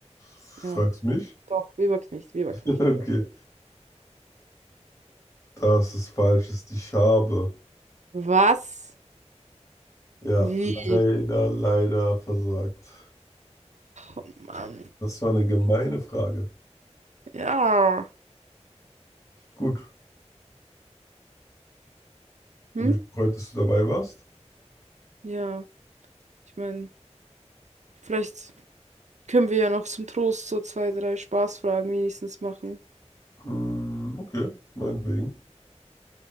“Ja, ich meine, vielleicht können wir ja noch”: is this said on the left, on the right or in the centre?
Right